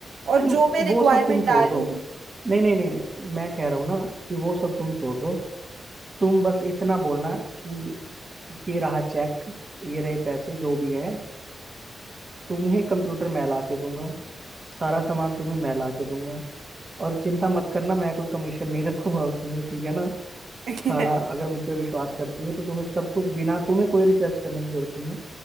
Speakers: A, on the right; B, on the right.
A: और
B: <clears throat>
A: जो मैं रिक्वायरमेंट
B: वो सब तुम छोड़
A: डालूं
B: दो नहीं नहीं नहीं मैं कह रहा हूँ ना कि वो सब तुम छोड़ दो तुम बस इतना बोलना कि ये रहा चेक ये रहे पैसे जो भी है तुम्हें कंप्यूटर मैं ला के दूंगा सारा सामान तुम्हें मैं ला के दूंगा और चिंता मत करना मैं कोई कमीशन नहीं रखूंगा उसमें ठीक है ना
A: <laughs>
B: सारा अगर मुझ पे विश्वास करती हो तो तुम्हें सब कुछ बिना तुम्हें कोई रिसर्च करने की जरूरत नहीं है